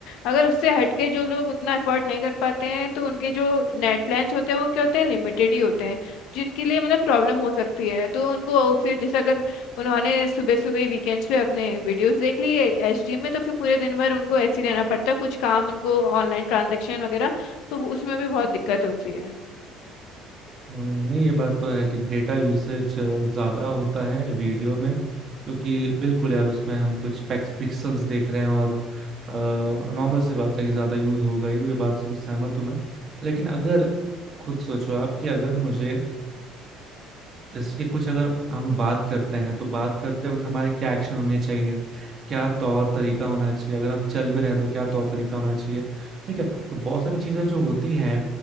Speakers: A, on the left (about 75°); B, on the right (about 35°).
A: अगर उससे हटके जो लोग उतना अफोर्ड नहीं कर पाते हैं तो उनके जो नेट प्लान्स होते हैं वो क्या होते हैं लिमिटेड ही होते हैं जिनके लिए मतलब प्रॉब्लम हो सकती है तो उनको फिर जैसे अगर उन्होंने सुबह सुबह वीकेंड्स पे अपने वीडियोस देख लिए एचडी में तो फिर पूरे दिन भर उनको ऐसे ही रहना पड़ता है कुछ काम उनको ऑनलाइन ट्रांजेक्शन वगैरह तो उसमें भी बहुत दिक्कत होती है
B: हम्म, नहीं ये बात तो है कि डेटा यूसेज ज्यादा होता है वीडियो में क्योंकि बिल्कुल यार उसमें हम कुछ पिक्सल्स देख रहे हैं और नॉर्मल सी बात है कि ज्यादा यूज होगा ही ये बात से तो सहमत हूं मैं लेकिन अगर खुद सोचो आप कि अगर मुझे जैसे कि कुछ अगर हम बात करते हैं तो बात करते वक्त हमारे क्या एक्शन होने चाहिए क्या तौर तरीका होना चाहिए अगर हम चल भी रहे हैं तो क्या तौर तरीका होना चाहिए ठीक है तो बहुत सारी चीजें जो होती हैं